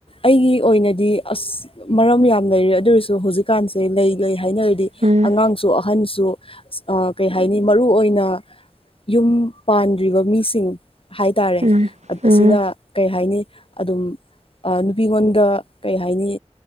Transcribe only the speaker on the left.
ꯑꯩꯒꯤ ꯑꯣꯏꯅꯗꯤ ꯑꯁ ꯃꯔꯝ ꯌꯥꯝꯅ ꯂꯩꯔꯦ ꯑꯗꯨ ꯑꯣꯏꯔꯁꯨ ꯍꯧꯖꯤꯛꯀꯥꯟꯁꯦ ꯂꯩ ꯂꯩ ꯍꯥꯏꯅꯔꯗꯤ
ꯑꯉꯥꯡ ꯁꯨ ꯑꯍꯟꯁꯨ ꯁ ꯀꯩ ꯍꯥꯏꯅꯤ ꯃꯔꯨ ꯑꯣꯏꯅ ꯌꯨꯝ ꯄꯥꯟꯗ꯭ꯔꯤꯕ ꯃꯤꯁꯤꯡ ꯍꯥꯏꯇꯥꯔꯦ
ꯑꯠ
ꯑꯁꯤꯅ ꯀꯩ ꯍꯥꯏꯅꯤ ꯑꯗꯨꯝ ꯑꯥ ꯅꯨꯄꯤꯉꯣꯟꯗ ꯀꯩ ꯍꯥꯏꯅꯤ